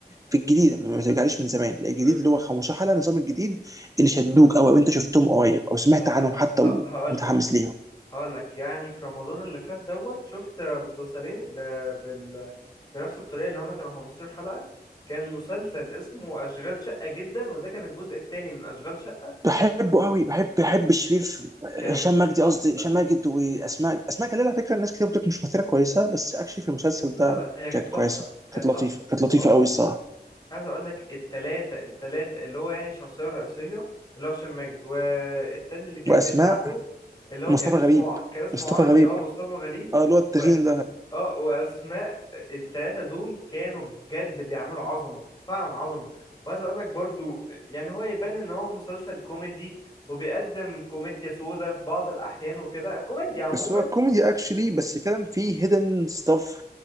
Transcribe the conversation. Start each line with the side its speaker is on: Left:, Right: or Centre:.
Right: في الجديد ما ترجعليش من زمان لا، الجديد
Left: مم.
Right: اللي هو 15 حلقه النظام الجديد اللي شدوك قوي، او انت شفتهم قريب او سمعت
Left: أه
Right: عنهم حتى
Left: هقول
Right: ومتحمس
Left: لك
Right: ليهم
Left: هقول لك يعني في رمضان اللي فات دوت شفت مسلسلين ب... بال... بنفس الطريقة اللي هما كانوا 15 حلقة كان مسلسل اسمه أشغال شقة جدا وده كان الجزء التاني من أشغال شقة
Right: بحبه قوي بحب بحب شريف
Left: وكان
Right: هشام مجدي
Left: تحفة
Right: قصدي هشام ماجد واسماء اسماء جلال على فكره الناس كتير بتقول مش ممثله كويسه بس اكشلي في المسلسل
Left: لا
Right: ده
Left: لا هي كانت
Right: كانت كويسه
Left: تحفة كانت
Right: كانت لطيفه
Left: تحفة
Right: كانت لطيفه
Left: اه
Right: قوي الصراحه
Left: عايز اقول لك التلاتة التلاتة اللي هو يعني الشخصية الرئيسية اللي هو هشام ماجد والتاني اللي كان
Right: واسماء
Left: بيساعده اللي هو
Right: مصطفى
Left: كان اسمه
Right: غريب
Left: كان اسمه
Right: مصطفى
Left: عربي
Right: غريب
Left: اه مصطفى غريب
Right: اه اللي هو التخين
Left: و اه واسماء التلاتة دول كانوا بجد بيعملوا عظمة فعلا عظمة وعايز اقول لك برضو يعني هو يبان ان هو مسلسل كوميدي وبيقدم كوميديا سودا في بعض الاحيان وكده كوميديا عموما
Right: بس هو كوميدي اكشلي بس فعلا فيه هيدن ستاف